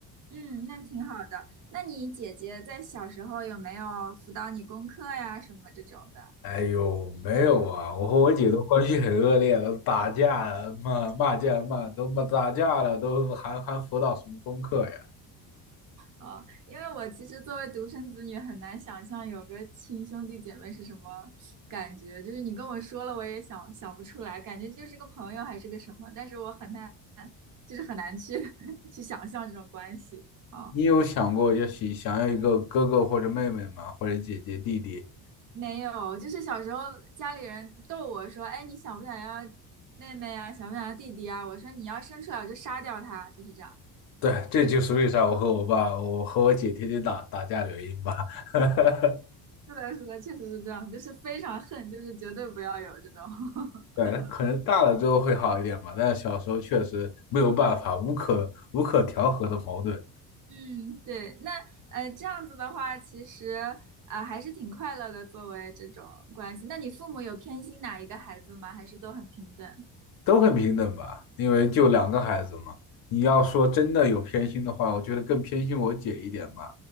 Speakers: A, on the right; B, on the left.
A: 嗯，那挺好的。那你姐姐在小时候有没有辅导你功课呀，什么这种的？
B: 哎呦，没有啊，我和我姐都关系很恶劣了，打架了骂骂架骂都骂打架了，都还还辅导什么功课呀？
A: 哦，因为我其实作为独生子女，很难想象有个亲兄弟姐妹是什么感觉。就是你跟我说了，我也想想不出来，感觉就是个朋友还是个什么，但是我很难，就是很难去 <laughs> 去想象这种关系。哦
B: 你有想过要想想要一个哥哥或者妹妹吗？或者姐姐弟弟？
A: 没有，就是小时候家里人逗我说：“哎，你想不想要妹妹啊？想不想要弟弟啊？”我说：“你要生出来，我就杀掉他。”就是这样。
B: 对，这就是为啥我和我爸，我和我姐天天打打架的原因吧。<laughs>
A: 是的，是的，确实是这样，就是非常恨，就是绝对不要有这种。<laughs>
B: 对，可能大了之后会好一点吧，但小时候确实没有办法，无可无可调和的矛盾。
A: 嗯，对，那呃，这样子的话，其实啊、呃，还是挺快乐的，作为这种关系。那你父母有偏心哪一个孩子吗？还是都很平等？
B: 都很平等吧，因为就两个孩子嘛。你要说真的有偏心的话，我觉得更偏心我姐一点吧。